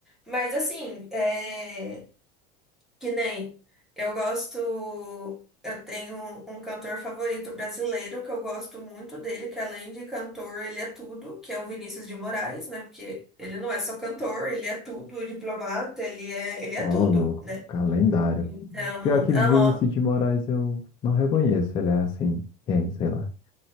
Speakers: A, in the centre; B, on the left.
A: Mas assim, é... que nem eu gosto. Eu tenho um cantor favorito brasileiro que eu gosto muito dele, que além de cantor, ele é tudo, que é o Vinícius de Moraes, né? Porque ele não é só cantor, ele é tudo, diplomata, ele é, ele é
B: Ó,
A: tudo.
B: louco, calendário.
A: Então,
B: Pior que Vinícius
A: aham.
B: de Moraes eu não reconheço, ele é assim, quem, sei lá.